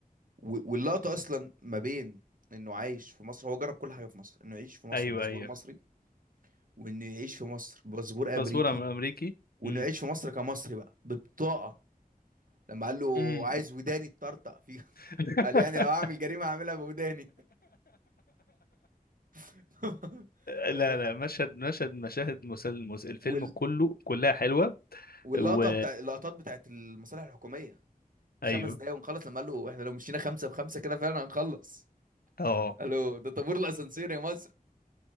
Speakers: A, on the right; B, on the left.
A: و- واللقطه اصلا ما بين انه عايش في مصر هو جرب كل حاجه في مصر انه يعيش في مصر
B: ايوه
A: باسبور
B: ايوه
A: مصري وانه يعيش في مصر باسبور امريكي
B: باسبور امريكي
A: وانه
B: امم
A: يعيش في مصر كمصري بقى ببطاقه لما قال له
B: امم
A: عايز وداني تطرطق فيها
B: <laughs>
A: <laughs> قال يعني لو اعمل جريمه اعملها بوداني <laughs>
B: لا
A: فاهم
B: لا مشهد مشهد مشاهد مسل... مس- الفيلم
A: وال...
B: كله كلها حلوة
A: واللقطه
B: و
A: بتاع اللقطات بتاعت المصالح الحكوميه خمس
B: ايوه
A: دقايق ونخلص لما قال له احنا لو مشينا خمسه بخمسه كده فعلا هنخلص
B: اه
A: قال له ده طابور الاسانسير يا مصر